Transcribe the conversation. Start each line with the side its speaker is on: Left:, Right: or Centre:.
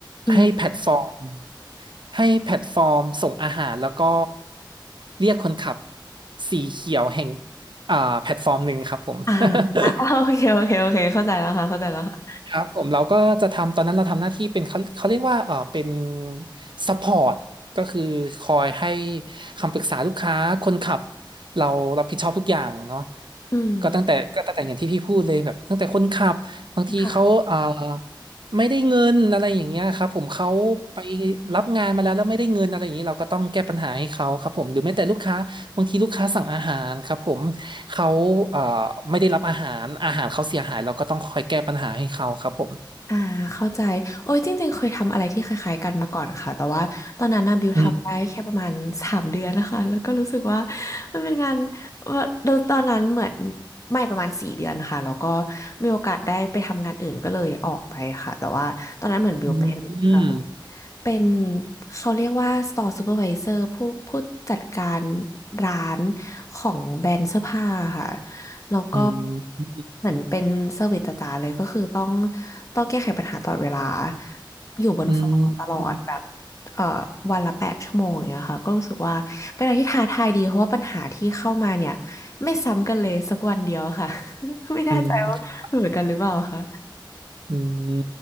Left: อืม
Right: ให้แพลตฟอร์มให้แพลตฟอร์มส่งอาหารแล้วก็เรียกคนขับสีเขียวแห่งอ่าแพลตฟอร์มหนึ่งครับผม <laughs>
Left: อ่าโอเคโอเคโอเคเข้าใจแล้วค่ะเข้าใจแล้วค่ะ
Right: ครับผมเราก็จะทำตอนนั้นเราทำหน้าที่เป็นเขาเขาเรียกว่าเออเป็นซัพพอร์ตก็คือคอยให้คำปรึกษาลูกค้าคนขับเรารับผิดชอบทุกอย่างเนาะ
Left: อืม
Right: ก็ตั้งแต่ก็ตั้งแต่อย่างที่พี่พูดเลยแบบตั้งแต่คนขับบางทีเขาเออ
Left: ค่ะ
Right: ไม่ได้เงินอะไรอย่างเงี้ยครับผมเขาไปรับงานมาแล้วแล้วไม่ได้เงินอะไรอย่างนี้เราก็ต้องแก้ปัญหาให้เขาครับผมหรือแม้แต่ลูกค้า บางทีลูกค้าสั่งอาหารครับผมเขาเอ่อไม่ได้รับอาหารอาหารเขาเสียหายเราก็ต้องคอยแก้ปัญหาให้เขาครับผม
Left: อ่าเข้าใจโอ้ยจริงๆเคยทำอะไรที่คล้ายๆกันมาก่อนค่ะแต่ว่าตอนนั้นนะบิวทำได้แค่ประมาณสามเดือนนะคะแล้วก็รู้สึกว่า
Right: อืม
Left: มันเป็นงานว่าโดยตอนนั้นเหมือนไม่ประมาณสี่เดือนค่ะแล้วก็มีโอกาสได้ไปทำงานอื่นก็เลยออกไปค่ะแต่ว่าตอนนั้นเหมือนบิวเป็นเอ่อ
Right: อืมอืม
Left: เป็นเขาเรียกว่า store supervisor ผู้ผู้จัดการร้านของแบรนด์เสื้อผ้าค่ะ แล้วก็
Right: อืม
Left: เหมือนเป็นเซอร์วิสจ๋าๆเลยก็คือต้องต้องแก้ไขปัญหาตลอดเวลาอยู่บนฟลอร์ตลอดแบบ
Right: อืมอืมอืม
Left: เอ่อวันละแปดชั่วโมงอย่างเงี้ยค่ะก็รู้สึกว่าเป็นอะไรที่ท้าทายดีเพราะว่าปัญหาที่เข้ามาเนี่ยไม่ซ้ำกันเลยสักวันเดียวค่ะ <laughs> ไม่แน่ใจว่าเหมือนกันหรือเปล่าคะ
Right: อืมอืม